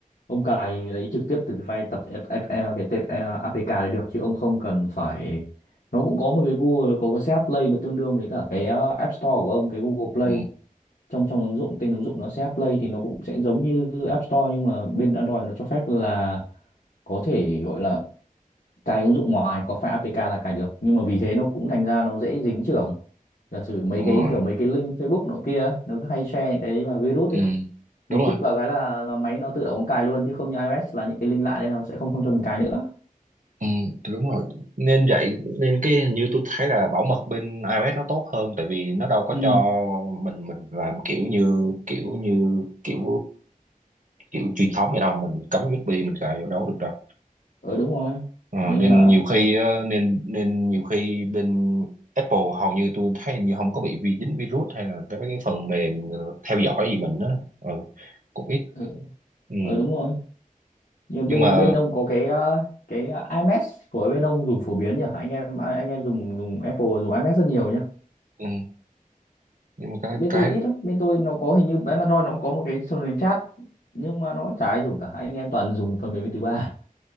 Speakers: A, on the left; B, on the right.
A: ông cài lấy trực tiếp từ cái file tập F- F- F- cái tệp ờ, APK đấy được chứ ông không cần phải nó cũng có một cái Google nó có cái CH Play nó tương đương với cả cái ờ, App Store của ông cái Google Play
B: ừ
A: trong trong ứng dụng tên ứng dụng nó CH Play thì nó cũng sẽ giống như App Store nhưng mà bên Android nó cho phép là có thể gọi là cài ứng dụng ngoài có phải APK là cài được nhưng mà vì thế nó cũng thành ra nó dễ dính chưởng giả sử mấy
B: đúng
A: cái
B: rồi
A: kiểu mấy cái link Facebook nọ kia ấy, nó cứ hay share những cái mà virus ấy
B: ừ
A: mình
B: đúng rồi
A: kích vào cái là, là máy nó tự động nó cài luôn chứ không như iOS là những cái link lạ đấy là nó sẽ không không cho mình cài nữa
B: Ừ, thì đúng rồi nên vậy nên cái hình như tôi thấy là bảo mật bên iOS nó tốt hơn tại vì nó đâu có
A: ừ
B: cho mình mình làm kiểu như kiểu như kiểu kiểu truyền thống vậy đâu mình cắm USB mình cài vô đó được đâu
A: ờ đúng rồi
B: Ờ,
A: nên
B: nên
A: là
B: nhiều khi ờ, nên nên nhiều khi bên Apple hầu như tôi thấy hình như không có bị vi dính virus hay là cái mấy cái phần mềm theo dõi gì mình đó ừ, cũng ít
A: ừ,
B: ừ.
A: ờ đúng rồi nhưng
B: nhưng
A: bên
B: mà
A: bên ông có cái ờ, cái iMessage của bên ông dùng phổ biến nhỉ anh em anh em dùng dùng Apple dùng iMessage rất nhiều nhỉ
B: ừ, nhưng mà cái
A: bên
B: cái
A: tôi ít lắm bên tôi nó có hình như bên Android nó cũng có một cái phần mềm chat nhưng mà nó chả ai dùng cả anh em toàn dùng phần mềm bên thứ ba